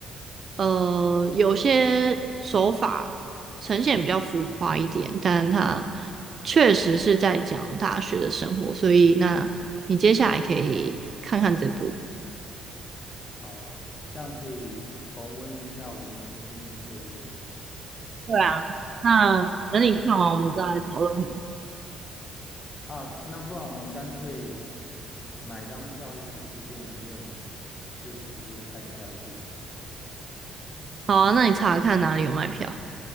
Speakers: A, on the right; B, on the left.
A: 呃，有些手法呈现比较浮夸一点，但它确实是在讲大学的生活，所以那你接下来可以看看这部。
B: 好啊，这样可以重温一下我年轻的岁月
A: 对啊，那等你看完，我们再来讨论。
B: 啊。那不然我们干脆买张票一起去电影院，就直接看下去啊。
A: 好啊，那你查看哪里有卖票。